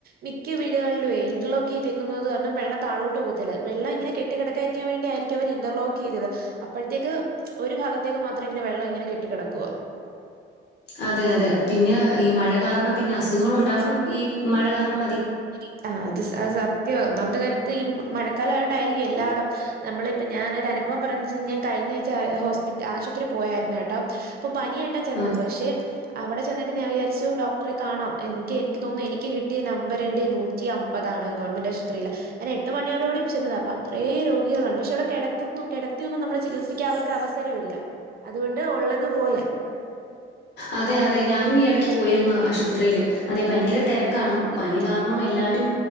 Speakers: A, on the right; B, on the left.
A: മിക്ക വീടുകളിലുവേ ഇന്റർലോക്കെയ്തേക്കുന്നത് കാരണം വെള്ളം താഴോട്ട് പോകത്തില്ല. വെള്ളം ഇങ്ങനെ കെ ട്ടി കെടക്കായിരിയ്ക്കാൻ വേണ്ടിയായിരിയ്ക്കും അവര് ഇന്റർലോക്കെയ്തത് അപ്പഴ്ത്തേക്ക് ഒരു ഭാഗത്തേക്ക് മാത്രം ഇങ്ങനെ വെള്ളം ഇങ്ങനെ കെട്ടി കെടക്കുവാ
B: അതെ അതെ പിന്നെ ഈ
A: പിന്നെ
B: മഴ കാരണം
A: ഈ
B: പിന്നെ അസുഖങ്ങൾ
A: മഴക്കാലത്ത്
B: ഉണ്ടാവനും
A: അസുഖം
B: ഈ മഴ കാരണം മതി
A: മതി ആഹ് അത് സ് അത് സത്യാ ഒന്നാമത്തെ കാര്യത്ത് ഈ മ മഴക്കാലായോണ്ടായിരിയ്ക്കും എല്ലായിടം നമ്മളിപ്പ ഞാനൊരനുഭവം പറയാന്ന്ച്ചാ ഞാൻ കഴിഞ്ഞാഴ്ച ഹോസ്പിറ്റ ആശുപത്രി പോയായിരുന്നു കേട്ടോ പ്പൊ പനിയായിട്ടാ ചെന്നത്,
B: ആ
A: പക്ഷെ അവടെ ചെന്നിട്ട്ഞാൻ വിചാരിച്ചു റ്റവും ഡോക്ടറെ കാണാം എനിയ്ക്ക് എനിയ്ക്ക് തോന്നുന്നു എനിയ്ക്ക് കിട്ടിയ നമ്പര്ണ്ട് നൂറ്റി അമ്പതാണ് ഗവൺമെന്റ് ആശുപത്രിയില് ഞാനെ എട്ട് മണിയോട് കൂടി ചെന്നതാ അപ്പ അത്രേ രോഗികളാണ് പക്ഷെ അവടെ കെടത്തുന്നു കിടത്തിയൊന്നും നമ്മളെ ചികിത്സിക്കാൻ അവർക്ക് അവസ് സരവില്ല അതുകൊണ്ട് ഉള്ളത്പോലെ
B: അതെ യതെ ഞാനും ഈ എടയ്ക്ക് പോയിരുന്നു
A: അതെ അതെ
B: ആശുപത്രിയില് അതെ ഭയങ്കര തെര കാണും,
A: ഞാൻ
B: പനി കാരണം എല്ലാവരും